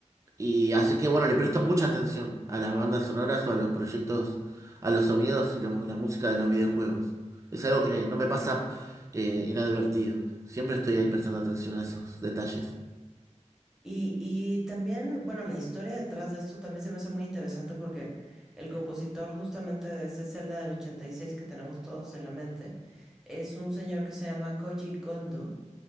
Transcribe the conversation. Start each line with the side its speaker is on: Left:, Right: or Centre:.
Right: y así que bueno, le presto mucha atención a las bandas sonoras o a los proyectos, a los sonidos y los- la música de los videojuegos. Es algo que no me pasa eh, inadvertido. Siempre estoy ahí prestando atención a esos detalles.
Centre: Y, y también, bueno, la historia detrás de esto también se me hace muy interesante porque el compositor justamente de ese Zelda del 86 que tenemos todos en la mente es un señor que se llama Koji Kondo,